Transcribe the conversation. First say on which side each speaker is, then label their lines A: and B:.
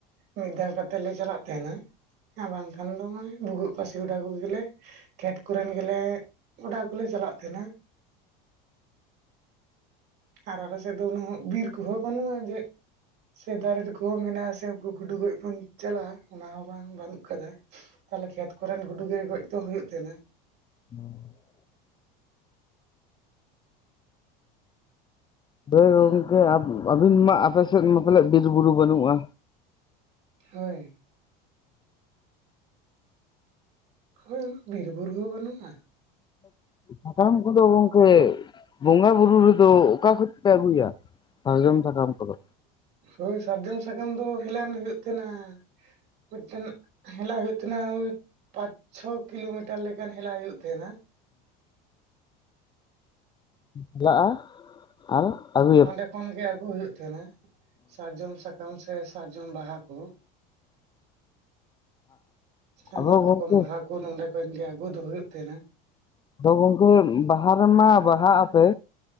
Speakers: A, on the right; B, on the left.
A: ᱢᱤᱫ ᱫᱷᱟᱣ ᱠᱟᱛᱮᱜ ᱞᱮ ᱪᱟᱞᱟᱜ ᱛᱟᱦᱮᱸᱱᱟ ᱟᱨ ᱵᱟᱝᱠᱷᱟᱱ ᱫᱚ ᱱᱚᱜᱼᱚᱭ ᱵᱷᱩᱜᱟᱹᱜ ᱯᱟᱹᱥᱤ ᱚᱰᱟᱣ ᱠᱚᱜᱮᱞᱮ ᱠᱷᱮᱛ ᱠᱚᱨᱮᱱ ᱜᱮᱞᱮ ᱚᱰᱟᱣ ᱠᱚᱞᱮ ᱪᱟᱞᱟᱜ ᱛᱟᱦᱮᱸᱱᱟ᱾ ᱟᱨ ᱟᱞᱮ ᱥᱮᱜ ᱫᱚ ᱩᱱᱟᱹᱜ ᱦᱚᱸ ᱵᱤᱨ ᱠᱚᱦᱚᱸ ᱵᱟᱱᱩᱜᱼᱟ ᱡᱮ ᱥᱮ ᱫᱟᱨᱮ ᱨᱮᱠᱚ ᱢᱮᱱᱟᱜᱼᱟ ᱥᱮ ᱩᱱᱠᱩ ᱜᱩᱰᱩ ᱜᱚᱡ ᱵᱚᱱ ᱪᱟᱞᱟᱜᱼᱟ ᱚᱱᱟ ᱦᱚᱸ ᱵᱟᱝ ᱵᱟᱹᱱᱩᱜ ᱠᱟᱫᱟ ᱛᱟᱦᱚᱞᱮ ᱠᱷᱮᱛ ᱠᱚᱨᱮᱱ ᱜᱩᱰᱩ ᱜᱮ ᱜᱚᱡ ᱫᱚ ᱦᱩᱭᱩᱜ ᱛᱟᱦᱮᱸᱱᱟ᱾
B: <unintelligible> ᱦᱳᱭ
A: ᱦᱩᱸ
B: ᱜᱚᱝᱠᱮ ᱟᱵ ᱟᱹᱵᱤᱱ ᱢᱟ ᱟᱯᱮᱥᱮᱜ ᱢᱟ ᱯᱟᱞᱮ ᱵᱤᱨ ᱵᱩᱨᱩ ᱵᱟᱹᱱᱩᱜᱼᱟ?
A: ᱦᱳᱭ᱾ ᱦᱳᱭ ᱩᱱᱟᱹᱜ ᱵᱤᱨᱵᱩᱨᱩ ᱦᱚᱸ ᱵᱟᱹᱱᱩᱜᱼᱟ᱾
B: ᱥᱟᱠᱟᱢ ᱠᱚᱫᱚ ᱜᱚᱝᱠᱮ
A: ᱴᱚᱠ
B: <unintelligible> ᱵᱚᱸᱜᱟ ᱵᱩᱨᱩ ᱨᱮᱫᱚ ᱚᱠᱟ ᱠᱷᱚᱡᱯᱮ ᱟᱹᱜᱩᱭᱟ ᱥᱟᱨᱡᱚᱢ ᱥᱟᱠᱟᱢ ᱠᱚᱫᱚ?
A: ᱦᱳᱭ ᱥᱟᱨᱡᱚᱢ ᱥᱟᱠᱟᱢ ᱫᱚ ᱦᱮᱞᱟᱱ ᱦᱩᱭᱩᱜ ᱛᱟᱦᱮᱸᱱᱟ᱾ ᱢᱤᱜᱴᱮᱱ ᱦᱮᱞᱟ ᱦᱩᱭᱩᱜ <unintelligible> ᱯᱟᱸᱪ ᱪᱷᱚ ᱠᱤᱞᱳᱢᱤᱴᱟᱨ ᱞᱮᱠᱟᱱ ᱦᱮᱞᱟ ᱦᱩᱭᱩᱜ ᱛᱟᱦᱮᱸᱱᱟ᱾
B: ᱦᱮᱞᱟᱜᱼᱟ, ᱟᱨᱚ <unintelligible>
A: ᱚᱸᱰᱮ ᱠᱷᱚᱱᱜᱮ ᱟᱹᱜᱩ ᱦᱩᱭᱩᱜ ᱛᱟᱦᱮᱸᱱᱟ ᱥᱟᱨᱡᱚᱢ ᱥᱟᱠᱟᱢ ᱥᱮ ᱥᱟᱨᱡᱚᱢ ᱵᱟᱦᱟ ᱠᱚ᱾ ᱥᱮ
B: ᱟᱫᱚ
A: ᱢᱟᱛᱠᱚᱢ
B: ᱜᱚᱝᱠᱮ
A: ᱵᱟᱦᱟ ᱠᱩ ᱱᱚᱸᱰᱮ ᱠᱷᱚᱱ ᱜᱮ ᱟᱹᱜᱩ ᱫᱚ ᱦᱩᱭᱩᱜ ᱛᱟᱦᱮᱸᱱᱟ᱾
B: ᱟᱫᱚ ᱜᱚᱝᱠᱮ ᱵᱟᱦᱟ ᱨᱮᱢᱟ ᱵᱟᱦᱟᱜ ᱟᱯᱮ